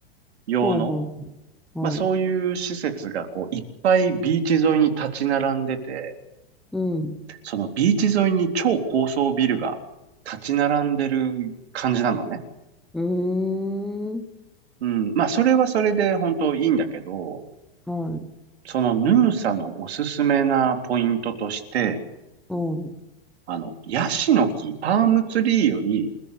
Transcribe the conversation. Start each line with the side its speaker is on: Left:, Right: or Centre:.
Right: 用の、
Centre: ほうほう。ほうはい。
Right: まあそういう施設がこう、いっぱいビーチ沿いに立ち並んでて、
Centre: うん。
Right: そのビーチ沿いに超高層ビルが立ち並んでる感じなのね。
Centre: うーん。
Right: うん、まあそれはそれで本当いいんだけど、
Centre: はい。
Right: そのヌーサのおすすめなポイントとして、
Centre: うん。
Right: あの、ヤシの木、パームツリーより、